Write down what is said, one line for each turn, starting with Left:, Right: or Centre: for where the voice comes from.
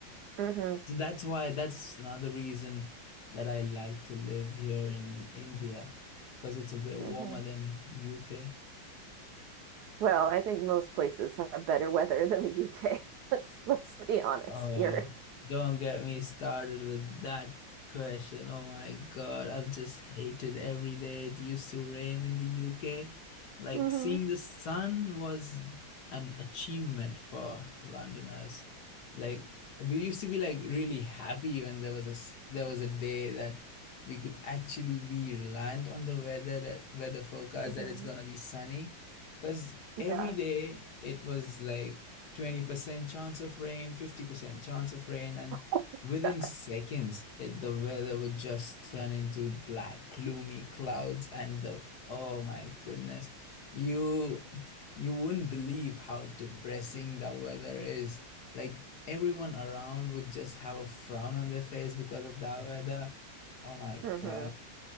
Right: hmm
Left: So that's why that's another reason that I like to live here in India because it's a bit warmer
Right: hmm
Left: than UK.
Right: Well, I think most places have better weather <laughs> than the UK. <laughs> Let's let's be honest
Left: Oh,
Right: here.
Left: don't get me started with that question. Oh my God, I've just hated every day. It used to rain in the UK. Like
Right: hmm
Left: seeing the sun was an achievement for Londoners. Like we used to be like really happy when there was a s- there was a day that we could actually be reliant on the weather that weather forecast
Right: hmm
Left: that it's gonna be sunny. Because
Right: <laughs>
Left: every
Right: Yeah.
Left: day it was like 20% chance of rain, 50% chance of rain, and
Right: Oh
Left: within
Right: my
Left: seconds, it, the weather would just turn into black, gloomy clouds, and the oh my goodness, you you wouldn't believe how depressing the weather is. Like everyone around would just have a frown on their face because of that weather. Oh my
Right: God.
Left: God.
Right: hmm